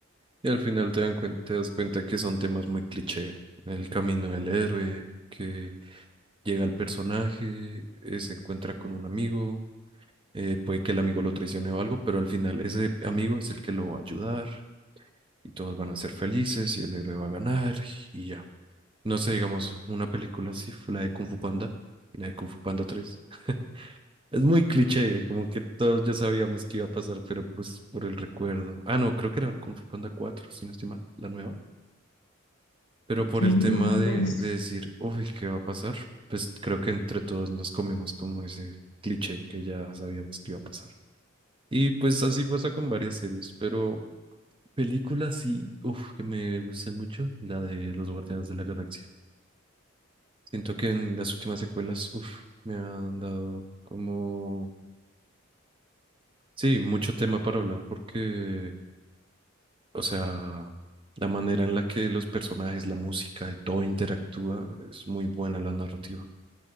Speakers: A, on the right (about 25°); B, on the left (about 50°).
A: Y al final te dan cuen- te das cuenta que son temas muy cliché. El camino del héroe, que llega el personaje, eh, se encuentra con un amigo, eh, puede que el amigo lo traicione o algo, pero al final ese amigo es el que lo va a ayudar y todos van a ser felices y el héroe va a ganar y ya. No sé, digamos, una película así fue la de Kung Fu Panda, la de Kung Fu Panda tres Es muy cliché, como que todos ya sabíamos que iba a pasar, pero pues por el recuerdo. Ah, no, creo que era Kung Fu Panda 4, si no estoy mal, la nueva. Pero
B: Ok,
A: por
B: no,
A: el tema
B: no
A: de,
B: lo he visto.
A: de decir, uy, ¿qué va a pasar? Pues creo que entre todos nos comimos como ese cliché que ya sabíamos que iba a pasar. Y pues así pasa con varias series, pero películas sí, uff, que me guste mucho, la de Los Guardianes de la Galaxia. Siento que en las últimas secuelas, uff, me han dado como, sí, mucho tema para hablar porque O sea, la manera en la que los personajes, la música y todo interactúa es muy buena la narrativa.